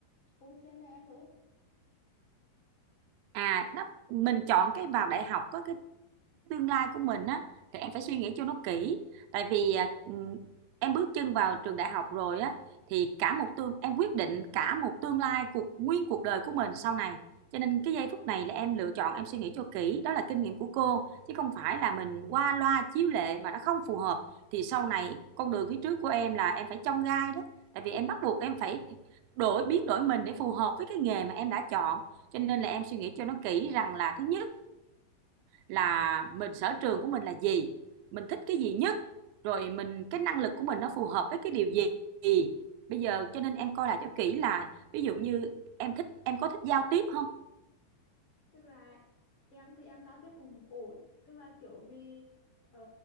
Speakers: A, on the left; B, on the right.
A: cô xem cho em với
B: À, đó, mình chọn cái vào đại học có cái tương lai của mình á thì em phải suy nghĩ cho nó kỹ tại vì à, ừm, em bước chân vào trường đại học rồi á thì cả một tương em quyết định cả một tương lai cuộc nguyên cuộc đời của mình sau này cho nên cái giây phút này là em lựa chọn em suy nghĩ cho kỹ đó là kinh nghiệm của cô chứ không phải là mình qua loa chiếu lệ mà nó không phù hợp thì sau này con đường phía trước của em là em phải chông gai đó tại vì em bắt buộc em phải đổi biến đổi mình để phù hợp với cái nghề mà em đã chọn cho nên là em suy nghĩ cho nó kỹ rằng là thứ nhất là mình sở trường của mình là gì, mình thích cái gì nhất, rồi mình cái năng lực của mình nó phù hợp với cái điều gì. Bây giờ cho nên em coi lại cho kỹ là ví dụ như em thích em có thích giao tiếp không?
A: tức là em thì em giao tiếp cũng ổn tức là kiểu vì ờ,